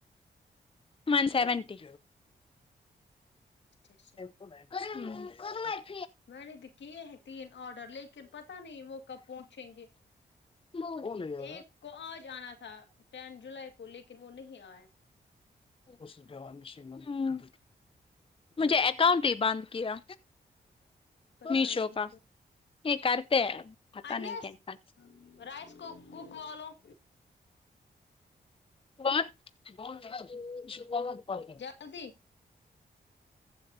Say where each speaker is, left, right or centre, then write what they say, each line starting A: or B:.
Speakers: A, on the left; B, on the left.
A: ون سیونٹی
B: اچھا اچھا
A: میں کیسی نہیں اور وہ اور وہ
B: میں نے تو کیے ہیں تین آڈر لیکن پتہ نہیں وہ کب پہنچیں گے
A: نہیں وہ نہیں آ
B: ایک
A: رہا
B: کو آج آنا تھا ٹین جولائی کو لیکن وہ نہیں آیا
A: اس ڈرا میشن ہمم مجھا اکاؤنٹ ہی بند کیا
B: پتا
A: میشو
B: نہیں
A: کا
B: کیا
A: یہ کرتے ہیں پتا
B: انس
A: نہیں کیسا
B: رائس کو کک والوں
A: واڈ بہت زیادہ شپمنٹ ہے
B: جلدی